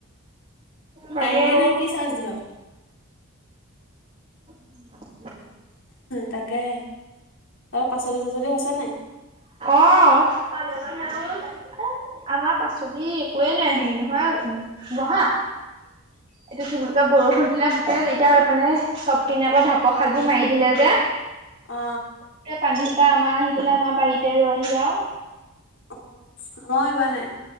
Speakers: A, on the right; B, on the left.
A: লাগে
B: কাৰেন্তে
A: অ
B: নাই, কি চাৰ্জ দিবা। <inaudible>
A: <unintelligible>
B: তাকে। তাৰ পাচলি চাচলি হৈছে নাই
A: অহ, পানী অকণ দিয়াচোন। এ আমাৰ পাচলি একোৱে নাই, হেৰি নহয়, বহা
B: <inaudible>
A: এইটো কি বুলি কয়, বৰষুণ দিলে গোটেই যেতিয়া আৰু মানে চব পিনে আকৌ ঢাপৰ খাল বোৰ মাৰি দিলে যে
B: অ
A: গোটেই পানীসোপা পৰা আমাৰ আহি পেলাই আমাৰ বাৰীতে ৰইহি আৰু।
B: অ', এইবাৰ নাই